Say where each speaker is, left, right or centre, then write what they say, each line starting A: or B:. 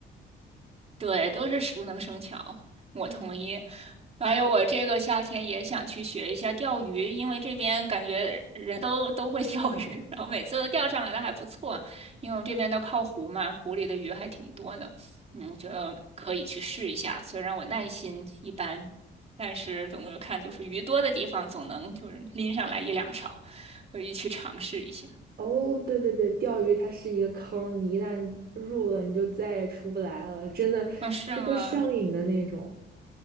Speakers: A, on the right; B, on the right.
A: 对，都是熟能生巧，我同意。
B: 嗯。
A: 还有，我这个夏天也想去学一下钓鱼，因为这边感觉人都都会钓鱼，<laughs> 然后每次都钓上来的还不错，因为我们这边都靠湖嘛，湖里的鱼还挺多的。嗯，我觉得可以去试一下，虽然我耐心一般，但是总的看就是鱼多的地方总能就是拎上来一两条，可以去尝试一下。
B: 哦，对对对，钓鱼它是一个坑儿你一旦入了，你就再也出不来了，真的就会上瘾的那种。
A: 嗯，是吗？